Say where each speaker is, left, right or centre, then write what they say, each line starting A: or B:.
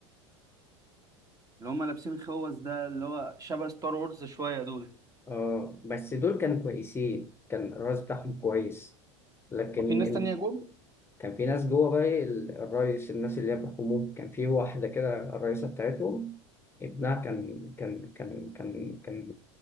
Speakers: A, on the right (about 20°); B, on the left (about 15°).
A: اللي هم لابسين خوذ ده اللي هو شبه ستار وورز شويه دول
B: اه بس دول كانوا كويسين كان الرئيس بتاعهم كويس لكن
A: وفي ناس
B: إن
A: تانية جول
B: كان في ناس جوه بقى إيه، ال- الرئيس الناس اللي هي بيحكموه كان في واحدة كده الرئيسة بتاعتهم ابنها كان كان كان كان كان